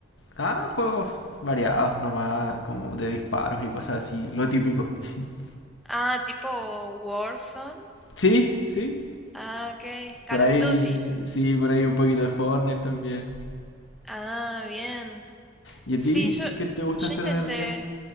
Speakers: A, on the left; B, in the centre.
A: Ah, juegos variados nomás, como de disparos y cosas así, lo típico. <laughs>
B: Ah, tipo Warzone.
A: Sí, sí,
B: Ah, ok. Call
A: por ahí,
B: of Duty.
A: sí, por ahí un poquito de Fortnite también.
B: Ah, bien.
A: ¿Y a
B: Sí,
A: ti
B: yo,
A: qué te gusta
B: yo
A: hacer
B: intenté,
A: en el día?